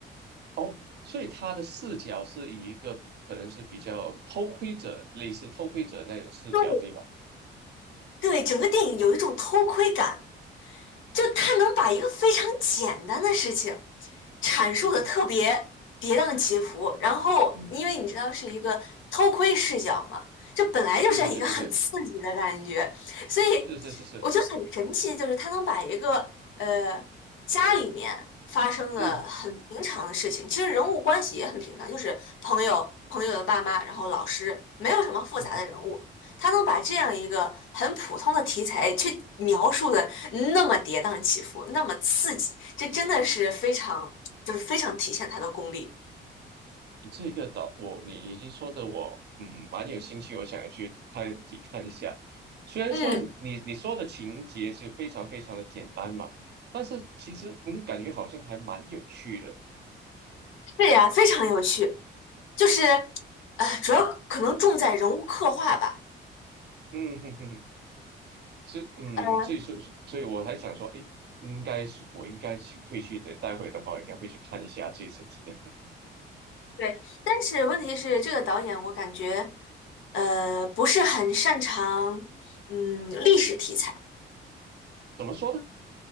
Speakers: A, on the right; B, on the left.
A: 哦，所以他的视角是以一个比可能是比较偷窥者，类似偷窥者那种视角，
B: 对
A: 对吧？
B: 对对，整个电影有一种偷窥感。就他能把一个非常简单的事情阐述的特别跌宕起伏，
A: 嗯哼，
B: 然后因为你知道是一个偷窥视角嘛，
A: 嗯哼
B: 就本来就是一个很刺激的感觉，
A: 对对对对对，
B: 所以
A: 是是是是，
B: 我觉得很神奇，就是他能把一个呃家里面发生的很平常的事情，
A: 嗯
B: 其实人物关系也很平常，就是朋友、朋友的爸妈，然后老师，没有什么复杂的人物，
A: 嗯。
B: 他能把这样一个很普通的题材去描述的那么跌宕起伏，那么刺激，这真的是非常，就是非常体现他的功力。
A: 你这个岛，我你已经说的我，嗯，蛮有兴趣，我想去看体看一下。虽然说你你说的情节是非常非常的简单嘛，
B: 嗯，
A: 但是其实嗯，感觉好像还蛮有趣的。
B: 是呀，非常有趣，就是，呃，主要可能重在人物刻画吧。
A: 嗯哼哼，哼，是嗯，
B: 嗯，
A: 所以说，所以我还想说，诶，应该是我应该去会去的，待会的话应该会去看一下这一整体的。
B: 对，但是问题是，这个导演我感觉，呃，不是很擅长，嗯，历史题材。
A: 怎么说呢？